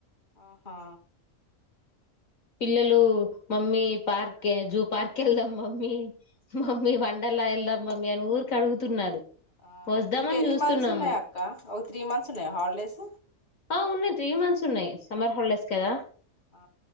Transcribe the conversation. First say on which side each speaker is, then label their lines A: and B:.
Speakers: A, on the left (about 35°); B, on the left (about 70°).
A: ఆహా
B: పిల్లలు మమ్మీ పార్క్ జూ పార్క్ వెళ్దాం మమ్మీ మమ్మీ వండర్లా వెళ్దాం మమ్మీ అని ఊరికే అడుగుతున్నారు.
A: ఆ
B: వద్దామని
A: ఇంక ఎన్ని
B: చూస్తున్నాము
A: మంత్స్ ఉన్నాయి అక్క ఓ త్రీ మంత్స్ ను హాలిడేస్.
B: ఆ ఉన్నాయి త్రీ మంత్స్ ఉన్నాయి సమ్మర్ హాలిడేస్ కదా.
A: ఆ